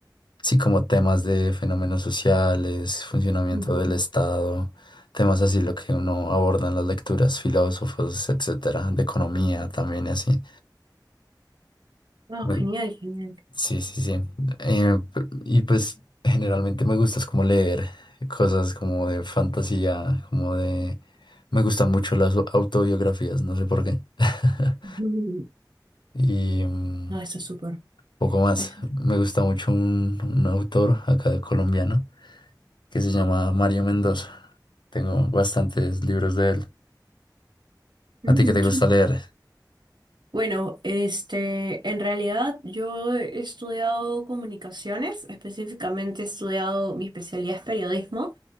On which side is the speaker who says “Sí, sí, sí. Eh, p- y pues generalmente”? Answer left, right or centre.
Left